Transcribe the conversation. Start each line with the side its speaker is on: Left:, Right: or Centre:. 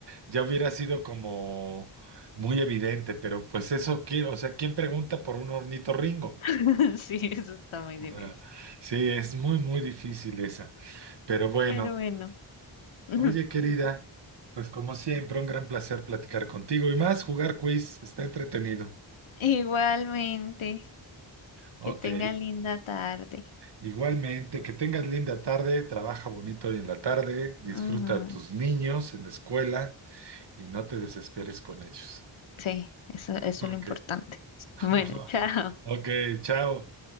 Right: ya hubiera sido como muy evidente, pero pues eso, ¿quién- o sea, ¿quién pregunta por un ornitorrinco?
Left: <laughs> Sí, eso está muy
Right: O
Left: difícil.
Right: sea, Sí, es muy, muy difícil esa. Pero bueno.
Left: Pero bueno, <laughs>
Right: Oye, querida, pues como siempre, un gran placer platicar contigo y más jugar quiz, está entretenido.
Left: igualmente,
Right: Ok,
Left: que tenga linda tarde.
Right: igualmente, que tengas linda tarde, trabaja bonito hoy en la tarde, disfruta
Left: Ujú.
Right: a tus niños en la escuela y no te desesperes con ellos.
Left: Sí, eso, eso
Right: Ok,
Left: es lo importante.
Right: <laughs>
Left: Bueno, <laughs> chao.
Right: ok, chao.